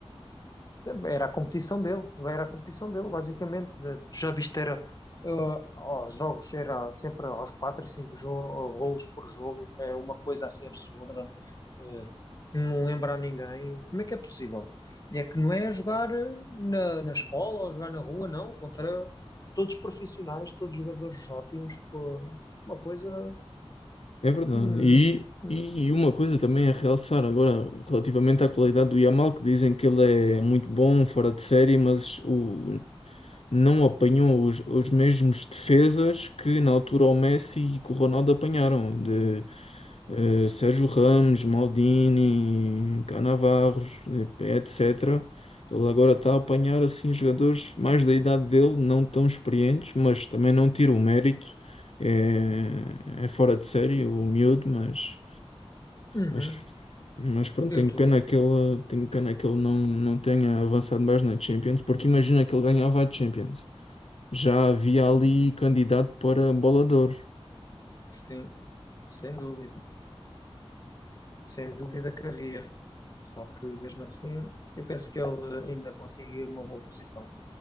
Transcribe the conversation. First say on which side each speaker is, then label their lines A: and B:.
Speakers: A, on the left (about 35°); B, on the left (about 75°).
A: Era a competição dele, era a competição dele, basicamente. Tu já viste, era, eh, aos jogos, era sempre aos 4 e 5 golos por jogo, é uma coisa assim absurda, eh, não lembra a ninguém. Como é que é possível? E é que não é jogar eh, na, na escola ou jogar na rua, não, contra todos profissionais, todos jogadores ótimos, pô, uma coisa
B: É verdade.
A: que. hum,
B: E,
A: hum,
B: e uma coisa também a realçar agora, relativamente à qualidade do Yamal, que dizem que ele é muito bom, fora de série, mas o, não apanhou os, os mesmos defesas que na altura o Messi e que o Ronaldo apanharam. De, eh, Sérgio Ramos, Maldini, Cannavaros, eh, etc. Ele agora está a apanhar assim jogadores mais da idade dele, não tão experientes, mas também não tira o mérito. É, é fora de série o miúdo, mas,
A: Uhum.
B: mas, mas pronto,
A: Eu
B: tenho
A: estou,
B: pena que ele, tenho pena que ele não, não tenha avançado mais na Champions, porque imagina que ele ganhava a Champions. Já havia ali candidato para bola de Ouro.
A: sim, sem dúvida. sem dúvida que havia. Só que mesmo assim, eu penso que ele ainda conseguiu uma boa posição